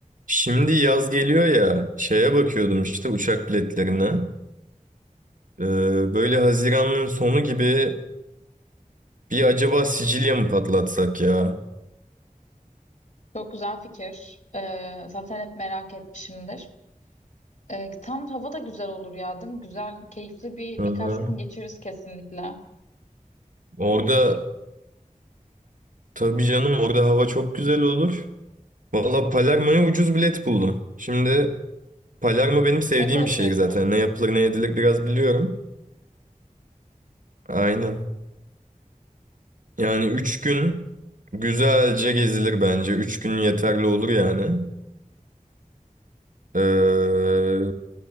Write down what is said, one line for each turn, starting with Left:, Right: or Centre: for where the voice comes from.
Right: Şimdi yaz geliyor ya şeye bakıyordum işte uçak biletlerine. Ee, böyle Haziran'ın sonu gibi bir acaba Sicilya mı patlatsak ya?
Left: Çok güzel fikir. Ee, zaten hep merak etmişimdir. Ee, tam hava da güzel olur ya, değil mi? Güzel, keyifli bir
Right: Hı
Left: birkaç
Right: hı.
Left: gün geçiririz kesinlikle.
Right: Orada tabii canım orada hava çok güzel olur. Valla Palermo'ya ucuz bilet buldum. Şimdi Palermo benim sevdiğim
Left: Şaka yapıyorsun.
Right: bir şehir zaten. Ne yapılır ne edilir biraz biliyorum. Aynen. Yani 3 gün güzelce gezilir bence. üç gün yeterli olur yani. Ee,